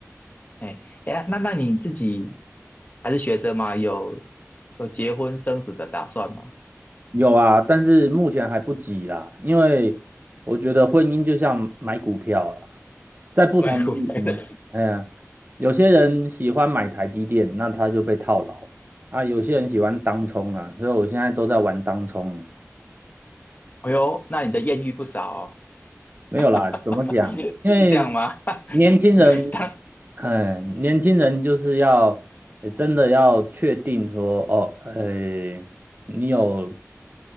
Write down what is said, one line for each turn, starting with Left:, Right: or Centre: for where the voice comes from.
Left: 哎哎呀，那那你自己还是学生吗？有有结婚生子的打算吗？
Right: 有啊，但是目前还不急啦，因为我觉得婚姻就像买股票啊，在不同的地方，
Left: <laughs> 买股票的，
Right: 哎呀，有些人喜欢买台积电，那他就被套牢了啊；有些人喜欢当冲啊，所以我现在都在玩当冲。
Left: <laughs> 哎呦，那你的艳遇不少哦，
Right: 没有啦，
Left: <laughs>
Right: 怎么讲？因为
Left: 是这样吗？<laughs>
Right: 年轻人，
Left: 你当
Right: 嗯，年轻人就是要，呃真的要确定说，哦，呃，你有